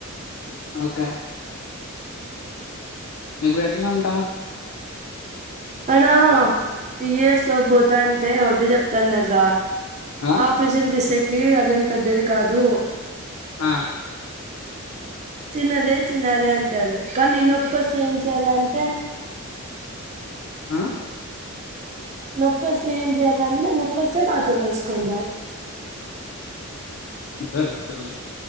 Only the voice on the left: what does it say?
ఓకే ఇప్పుడు ఎట్లా అంట
ఆ
ఆ
హ
ధరిదుర్లు